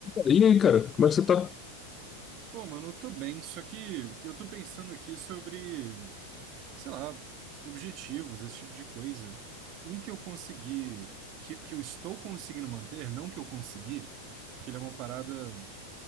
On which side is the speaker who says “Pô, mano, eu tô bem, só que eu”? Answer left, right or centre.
Right